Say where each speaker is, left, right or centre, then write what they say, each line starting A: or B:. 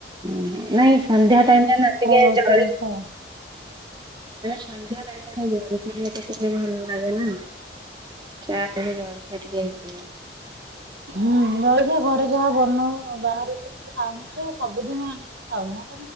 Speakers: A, on the right (about 25°); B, on the right (about 65°).
A: ଓ ନାଇଁ ସନ୍ଧ୍ୟା ଟାଇମରେ ନ ଟିକେ
B: ରହୁଛନ୍ତି
A: ଜଳି
B: ତ
A: ସନ୍ଧ୍ୟା ଟାଇମ୍ ଜଳଖି ଭଲ ଲାଗେ ନା। ଚା ଟିକେ ଜଳିଖିଆ ଟିକେ ହେଇ ଥିବ।
B: ହୁଁ ଜଳଖିଆ ଘରେ ଯାହା ବନଉ ବାହାରୁ ସବୁ ଖାଉଛୁ ସବୁଦିନ ଆଣି ଖାଉ ନା